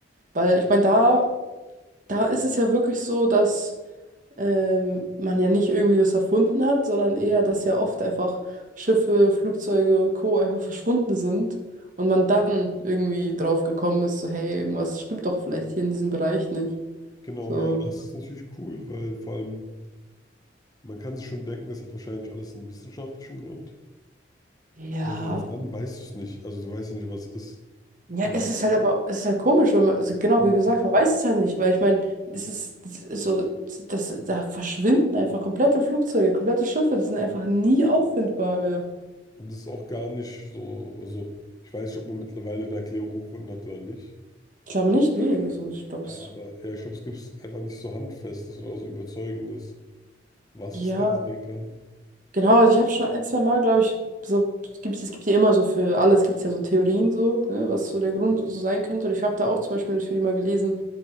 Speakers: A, on the right; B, on the left.
A: Weil ich meine, da, da ist es ja wirklich so, dass ähm, man ja nicht irgendwie das erfunden hat, sondern eher, dass ja oft einfach Schiffe, Flugzeuge und Co. einfach verschwunden sind und man dann irgendwie drauf gekommen ist, so hey, irgendwas stimmt doch vielleicht hier in diesem Bereich nicht.
B: genau,
A: So,
B: ja, das ist natürlich cool, weil vor allem, man kann sich schon denken, das hat wahrscheinlich alles einen wissenschaftlichen Grund.
A: ja.
B: Aber selbst dann weißt du es nicht. Also du weißt ja nicht, was es ist.
A: Ja,
B: Und
A: es ist halt aber, es ist halt komisch, wenn man, also genau
B: und,
A: wie gesagt, man weiß es halt nicht, weil ich meine, es ist so, das, da verschwinden einfach komplette Flugzeuge, komplette Schiffe, die sind einfach
B: ja,
A: nie auffindbar mehr.
B: und das ist auch gar nicht so, also ich weiß nicht, ob man mittlerweile eine Erklärung gefunden hat oder nicht.
A: Ich glaube nicht, nee, also ich glaube
B: Aber
A: es.
B: ja, ich glaube, es gibt einfach nicht so Handfestes oder so Überzeugendes, was
A: Ja,
B: es dann sein kann.
A: genau, also ich habe schon ein, zwei Mal, glaube ich, so, es gibt, es gibt ja immer so für alles, gibt es ja so Theorien so, ne, was so der Grund so sein könnte. Und ich habe da auch zum Beispiel natürlich mal gelesen,